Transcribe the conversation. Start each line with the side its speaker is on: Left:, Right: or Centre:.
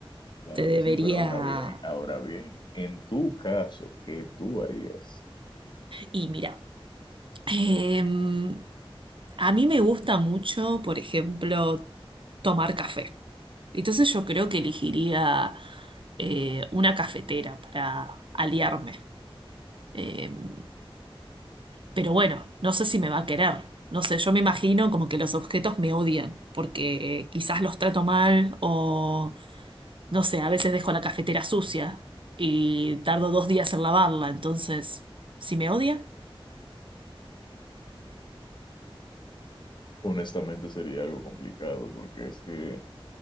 Left: Claro
Right: Te debería.
Left: que sí, pero ahora bien, ahora bien, en tu caso, ¿qué tú harías?
Right: Y mira. Em, a mí me gusta mucho, por ejemplo, tomar café. Entonces yo creo que elegiría eh, una cafetera para aliarme. Em, pero bueno, no sé si me va a querer. No sé, yo me imagino como que los objetos me odian, porque quizás los trato mal o, no sé, a veces dejo la cafetera sucia y tardo dos días en lavarla. Entonces, ¿si me odia?
Left: Honestamente sería algo complicado porque es que,